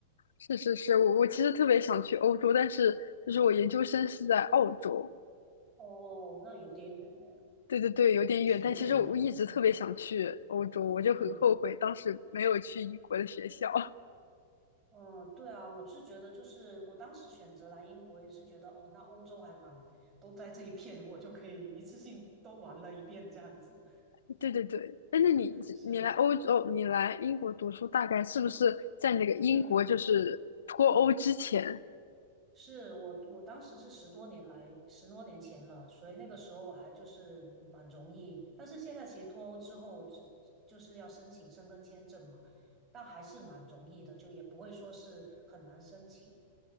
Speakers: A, on the left; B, on the right.
A: 是是是，我我其实特别想去欧洲，但是就是我研究生是在澳洲，
B: 哦，那有点远呢。
A: 对对对，有点远，
B: 挺远的，
A: 但其实我一直特别想去欧洲，
B: 嗯
A: 我就很后悔当时没有去英国的学校。
B: 嗯，哦，对啊，我是觉得就是我当时选择来英国也是觉得哦，那欧洲还蛮，都在这一片，我就可以一次性都玩了一遍这样子。
A: <laughs> 对对对，哎，那你你来欧洲，
B: 是，
A: 你来英国读书，大概是不是在那个英国就是脱欧之前
B: 嗯，是我我当时是十多年来十多年前了，所以那个时候还就是蛮容易，但是现在其实脱欧之后只就是要申请申根签证嘛，但还是蛮容易的，就也不会说是很难申请。